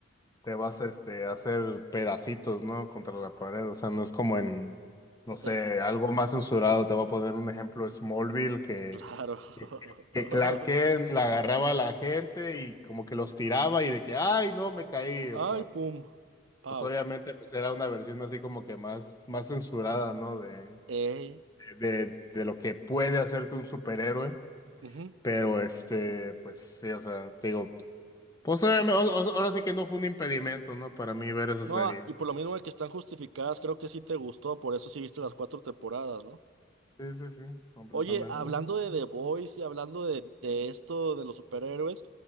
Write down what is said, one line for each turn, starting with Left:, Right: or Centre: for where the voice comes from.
Left: te vas a este, a hacer pedacitos, ¿no? Contra la pared, o sea, no es como en, no sé,
Right: eh,
Left: algo más censurado, te voy a poner un ejemplo, Smallville, que,
Right: claro. <laughs>
Left: que, que Clark Kent la agarraba a la gente y como que los tiraba y de que, ay, no, me caí, o sea,
Right: Ay,
Left: pues,
Right: pum, pau.
Left: pues obviamente pues era una versión así como que más, más censurada, ¿no? De,
Right: Ey.
Left: de, de lo que puede hacerte un superhéroe,
Right: ujú.
Left: pero este, pues sí, o sea, te digo, pues obviamente, o- o- ahora sí que no fue un impedimento, ¿no? Para mí ver esa
Right: No,
Left: serie.
Right: ah, y por lo mismo de que están justificadas, creo que sí te gustó, por eso sí viste las cuatro temporadas, ¿no?
Left: Sí, sí, sí, completamente.
Right: Oye, hablando de The Boys y hablando de, de esto de los superhéroes,